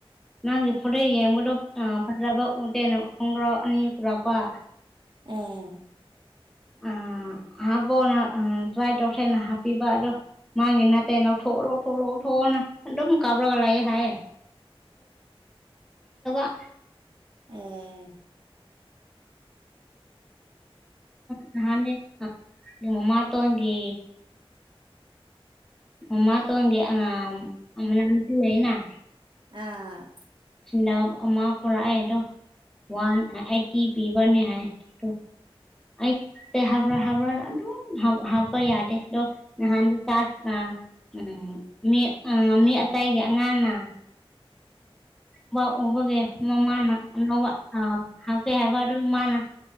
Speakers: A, in the centre; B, on the right.
A: ꯅꯪꯒꯤ ꯐꯨꯔꯤꯠ ꯌꯦꯡꯕꯗꯣ ꯑꯥ ꯐꯖꯕ ꯎꯗꯦꯅ ꯈꯣꯡꯒ꯭ꯔꯥꯎ ꯑꯅꯤ ꯄꯨꯔꯛꯄ
B: ꯑꯣ
A: ꯎꯝ ꯍꯥꯕꯣꯅ ꯎꯝ ꯇ꯭ꯔꯥꯏ ꯇꯧꯁꯦꯅ ꯍꯥꯞꯄꯤꯕ ꯑꯗꯣ ꯃꯥꯒꯤ ꯅꯠꯇꯦ ꯂꯧꯊꯣꯑꯣ ꯂꯧꯊꯣꯑꯣ ꯂꯧꯊꯣꯑꯣꯅ ꯑꯗꯨꯝ ꯀꯞꯔꯒ ꯂꯩꯥꯑꯦ ꯍꯥꯏꯌꯦ <unintelligible>
B: ꯑꯦ
A: ꯅꯍꯥꯟꯗꯤ ꯃꯃꯥꯇꯣꯟꯒꯤ ꯃꯃꯥꯇꯣꯟꯒꯤ <unintelligible>
B: ꯑꯥ
A: ꯅꯞ ꯑꯃꯥ ꯄꯨꯔꯛꯑꯦ ꯑꯗꯣ ꯋꯥꯟ ꯑꯩꯠꯇꯤ ꯄꯤꯕꯅꯦ ꯍꯥꯏꯌꯦ ꯑꯗꯣ ꯑꯩꯇꯦ ꯍꯥꯞꯔꯣꯏ ꯍꯥꯞꯔꯣꯏꯅ ꯑꯗꯨꯝ ꯍꯥꯞ ꯍꯥꯞꯄ ꯌꯥꯗꯦ ꯗꯣ ꯅꯍꯥꯟ ꯆꯥꯛꯅ ꯎꯝ ꯃꯤ ꯎꯝ ꯃꯤ ꯑꯇꯩꯒꯤ ꯑꯉꯥꯡꯅ ꯃꯥ ꯎꯕꯒꯤ ꯃꯃꯥꯅ ꯑꯅꯩꯕ ꯑꯥ ꯍꯥꯞꯀꯦ ꯍꯥꯏꯕ ꯑꯗꯨ ꯃꯥꯅ